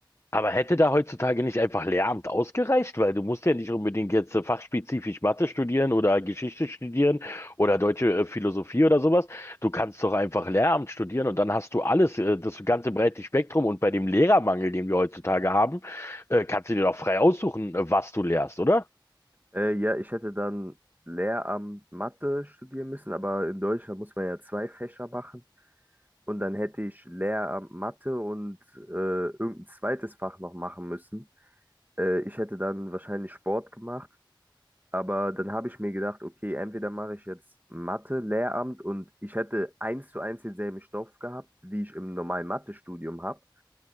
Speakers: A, on the left; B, on the right.
A: Aber hätte da heutzutage nicht einfach Lehramt ausgereicht? Weil du musst ja nicht unbedingt jetzt äh, fachspezifisch Mathe studieren oder Geschichte studieren oder deutsche äh, Philosophie oder sowas. Du kannst doch einfach Lehramt studieren und dann hast du alles, äh, das ganze breite Spektrum. Und bei dem Lehrermangel, den wir heutzutage haben, äh, kannst du dir doch frei aussuchen, äh, was du lehrst, oder?
B: Äh, ja, ich hätte dann Lehramt Mathe studieren müssen, aber in Deutschland muss man ja zwei Fächer machen. Und dann hätte ich Lehramt Mathe und äh, irgendein zweites Fach noch machen müssen. Äh, ich hätte dann wahrscheinlich Sport gemacht. Aber dann habe ich mir gedacht, okay, entweder mache ich jetzt Mathe, Lehramt und ich hätte eins zu eins denselben Stoff gehabt, wie ich im normalen Mathestudium habe.